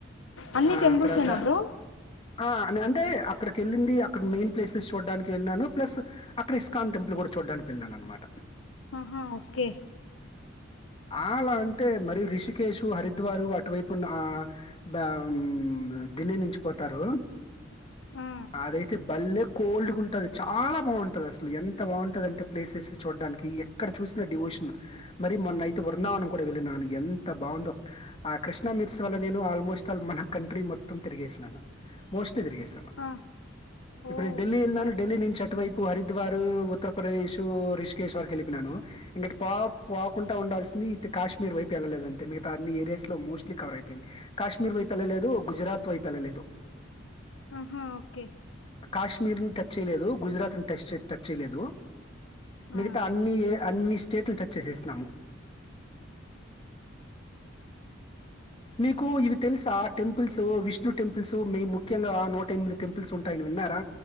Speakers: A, on the left; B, on the left.
A: అన్ని
B: ఆ
A: టెంపుల్సేనా
B: తరువాత
A: బ్రో
B: ఆ అన్ అంటే అక్కడికి వెళ్ళింది అక్కడ మెయిన్ ప్లేసెస్ చూడడానికి వెళ్ళినాను ప్లస్ అక్కడ ఇస్కాన్ టెంపుల్ కూడా చూడ్డానికి వెళ్లినాను అన్నమాట
A: ఆహా ఓకే
B: అలా అంటే మరి రిషికష్ హరిద్వారు అటువైపున్న ఆ మ్ ఢిల్లీ నుంచి పోతారు
A: ఆ
B: అదైతే బల్లె కోల్డ్ గుంటది చాలా బాగుం టది అసలు ఎంత బాగుంటదంటే ప్లేసెస్ చూడడానికి ఎక్కడ చూసిన డివోషన్ మరి మొన్నయితే వర్ణవం కూడా వెళ్ళినను ఎంత బాగుందో ఆ కృష్ణా మిర్స్ వల్ల నేను ఆల్మోస్ట్ల్ మన కంట్రీ మొత్తం తిరిగేసినను మోస్ట్ స్ట్ తిరిగేేశాను
A: ఆ
B: ఇప్పుడు
A: ఓ
B: నేను ఢిల్లీ
A: సూపర్
B: వెళ్ళినాను ఢిల్లీ నుంచి అటువైపు హరిద్వార్ ఉత్తరప్రదేశ్ రిషికేశ్వర్కి ఎల్లిపోయినాను ఇంకటి పా పోకుండా ఉండాల్సింది తే కాశ్మీర్ వైపు వెళ్ళలేదు అంతే మిగతా అన్ని ఏరియాస్ లో మోస్ట్లీ కవర్ అయిపోయింది కాశ్మీర్ వైపు ఎళ్ళలేదు గుజరాత్ వైపు ఎళ్ళలేదు
A: ఆహా ఓకే
B: కాశ్మీర్ని టచ్ చేయలేదు గుజరాత్ టచ్ టచ్ చేయలేదు మిగతా
A: ఆ
B: అన్ని అన్ని స్టేట్లు టచ్ చేసేస్ నమో మీకు ఇవి తెలుసు ఆ టెంపుల్స్ విష్ణు టెంపుల్స్ మేము ముఖ్యంగా ఆ నూట ఎనిమిది టెంపుల్స్ ఉంటాయని విన్నారా